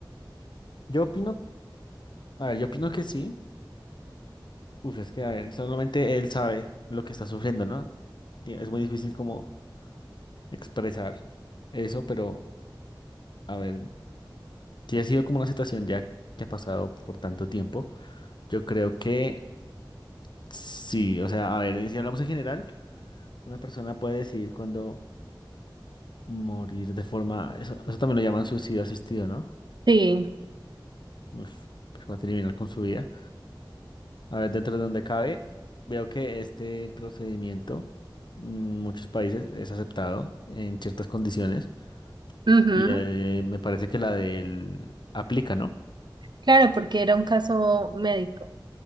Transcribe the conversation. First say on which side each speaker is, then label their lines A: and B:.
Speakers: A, on the left; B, on the right.
A: Yo opino, a ver, yo opino que sí. Uf, es que, a ver, solamente él sabe lo que está sufriendo, ¿no? Y Es muy difícil como expresar eso, pero, a ver, si ha sido como una situación ya que ha pasado por tanto tiempo, yo creo que sí. O sea, a ver, si hablamos en general, una persona puede decidir cuándo morir de forma, eso, eso también lo llaman suicidio asistido, ¿no?
B: Sí.
A: Uf, pues va a terminar con su vida. A ver, dentro de donde cabe, veo que este procedimiento en muchos países es aceptado en ciertas condiciones
B: Ujú.
A: y eh, me parece que la del aplica, ¿no?
B: Claro, porque era un caso médico.